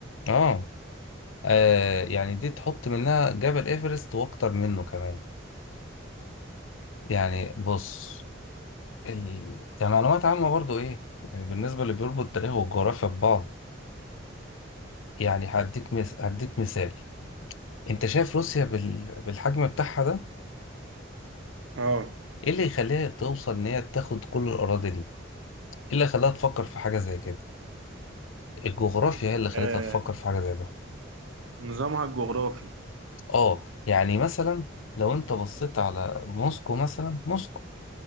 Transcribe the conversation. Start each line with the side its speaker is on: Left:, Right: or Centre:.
Left: آه. آه يعني دي تحط منها جبل إيفرست وأكتر منه كمان يعني بص ال... كمعلومات عامة برضو إيه يعني بالنسبة اللي بيربط التاريخ والجغرافيا ببعض يعني هديك مس... هديك مثال انت شايف روسيا بال... بالحجم بتاعها ده
Right: اه
Left: ايه اللي يخليها توصل ان هي تاخد كل الاراضي دي ايه اللي خلاها تفكر في حاجه زي كده الجغرافيا هي اللي خلتها
Right: آه،
Left: تفكر في حاجه زي ده
Right: نظامها الجغرافي
Left: اه يعني مثلا لو انت بصيت على موسكو مثلا موسكو